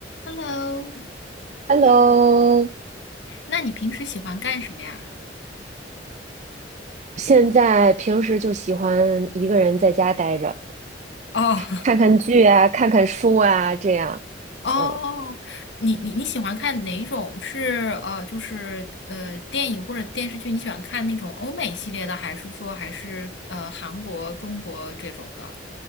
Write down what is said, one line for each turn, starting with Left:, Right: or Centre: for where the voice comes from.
Left: Hello，
Right: Hello，
Left: 那你平时喜欢干什么呀？
Right: 现在平时就喜欢一个人在家待着，
Left: 哦，
Right: 看看剧啊，看看书啊，这样。
Left: <laughs> 哦，
Right: 嗯，
Left: 你你你喜欢看哪一种？是呃，就是呃，电影或者电视剧？你喜欢看那种欧美系列的，还是说还是呃韩国、中国这种的？